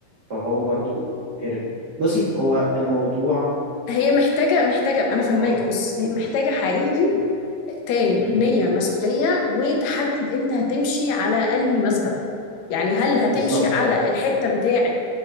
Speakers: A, on the right; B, on the left.
A: فهو برضو هرب بصي هو الموضوع
B: هي محتاجة محتاجة أنا فاهماك
A: اه
B: بص هي محتاجة حقيقي
A: م-
B: تاني
A: م.
B: نية مسؤولية وتحدد أنت هتمشي على أنهي مذهب يعني هل هتمشي
A: بالظبط
B: على
A: اه
B: الحتة بتاعة